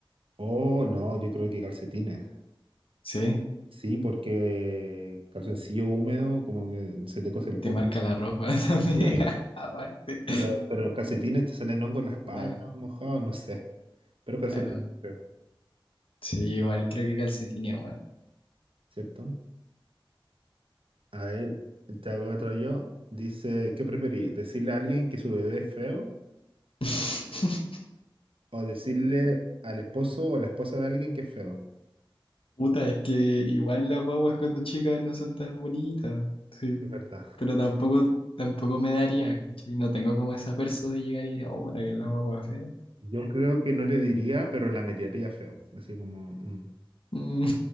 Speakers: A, on the right; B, on the left.
A: Oh, no, yo creo que calcetines.
B: ¿Sí?
A: Sí, porque calzoncillo húmedo, como que se te cose el
B: Te
A: poto.
B: marca la ropa <laughs> también,
A: Sí,
B: aparte.
A: pero, pero los calcetines te salen hongos en las patas,
B: Puta,
A: mojados, no sé. Pero calcetines,
B: Claro.
A: sí creo,
B: Sí, igual creo que calcetines, bueno.
A: ¿cierto? A ver, te hago otra yo. Dice, ¿qué preferís? ¿Decirle a alguien que su bebé es feo
B: <laughs>
A: o decirle al esposo o la esposa de alguien que es feo?
B: Puta, es que igual las guaguas cuando chicas no son tan bonitas, sí.
A: Es verdad.
B: Pero tampoco, tampoco me daría, ¿cachai? No tengo como esa perso de llegar y decir, oh, puta, que es la guagua fea.
A: Yo creo que no le diría, pero la miraría feo. Así como, mm,
B: Mm.